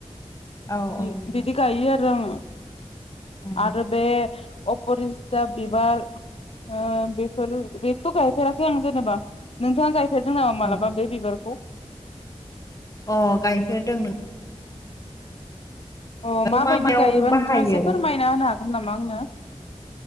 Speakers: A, on the left; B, on the left.
A: औ औ
B: बि
A: नोंथां
B: बिदि गायो आरो आङो।
A: उम
B: आरो बे अपरिजिता बिबार ओ बेफोर बेथ' गायफेराखै आं जेनेबा नोंथाङा गायफेरदों नामा
A: औ
B: मालाबा बे बिबारखौ?
A: अ गायफेरदों नों
B: अ माबायदि
A: मा मायाव
B: गायोबा
A: बाहायो
B: नोंथाङा एसे फोरमायना होनो हागोन नामा आंनो?